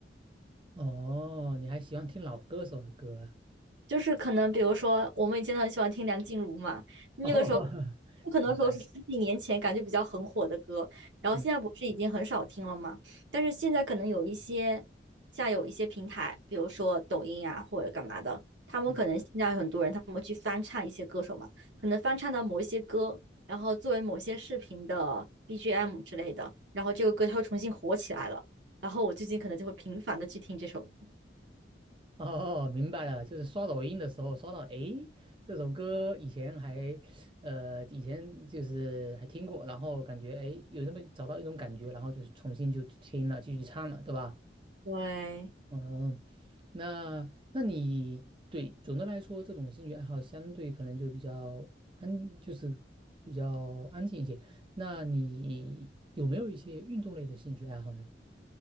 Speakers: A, on the right; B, on the right.
A: 哦，你还喜欢听老歌手的歌啊？
B: 就是可能比如说我们以前都很喜欢听梁静茹嘛，
A: <laughs>
B: 那个时候
A: 哦，
B: 不可能说是十几年前感觉比较很火的歌，
A: 明白。
B: 然后现在不是已经很少听了嘛，
A: 嗯
B: 但是现在可能有一些像有一些平台，比如说抖音啊或者干嘛的，他们可能现在很多人他们会去翻唱一些歌手嘛，
A: 嗯。
B: 可能翻唱到某一些歌，然后作为某些视频的 BGM 之类的，然后这个歌它会重新火起来了，然后我最近可能就会频繁的去听这首歌，
A: <laughs> 哦，明白了，就是刷抖音的时候刷到，诶，这首歌以前还，呃，以前就是还听过，然后感觉诶有那么找到一种感觉，然后就是重新就去听了，继续唱了，对吧？
B: 对。
A: 嗯，那那你对总的来说，这种兴趣爱好相对可能就比较安，就是比较安静一些。那你有没有一些运动类的兴趣爱好呢？